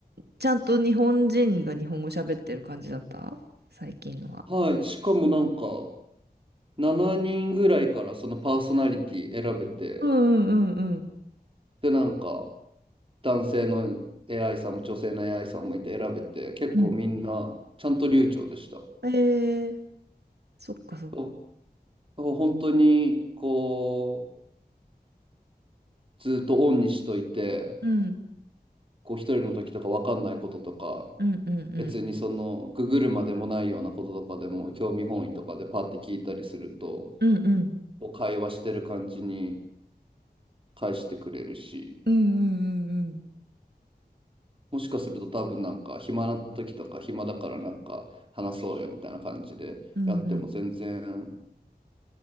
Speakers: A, on the right (about 75°); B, on the right (about 30°).
A: ちゃんと日本人が日本語喋ってる感じだった最近のは。
B: はい。しかもなんか、7人ぐらいからそのパーソナリティ選べて、
A: うんうんうん
B: で、なんか、男性の AI さんも女性の AI さんもいて選べて、結構みんなちゃんと流暢でした。
A: うん。うん。えー、そっかそっか。
B: と本当に、こう、ずっとオンにしといて、
A: うん
B: こう、一人の時とか分かんないこととか、
A: うんうんうん
B: 別にその、ググるまでもないようなこととかでも、興味本位とかでパッて聞いたりすると、
A: うんうん
B: こう会話してる感じに返してくれるし、
A: うんうん
B: もしかすると多分なんか、暇な時とか、暇だからなんか、話そうよみたいな感じでやっても全然、
A: うんうんう